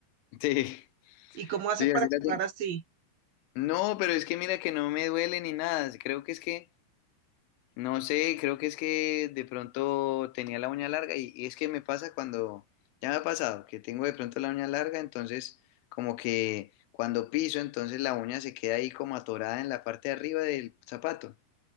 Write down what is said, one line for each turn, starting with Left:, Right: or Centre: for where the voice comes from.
Left: Sí,
Right: ¿Y cómo haces
Left: sí,
Right: para
Left: así
Right: jugar
Left: la tengo.
Right: así?
Left: No, pero es que mira que no me duele ni nada. Creo que es que No sé, creo que es que de pronto tenía la uña larga y, y es que me pasa cuando, ya me ha pasado, que tengo de pronto la uña larga, entonces como que cuando piso, entonces la uña se queda ahí como atorada en la parte de arriba del zapato.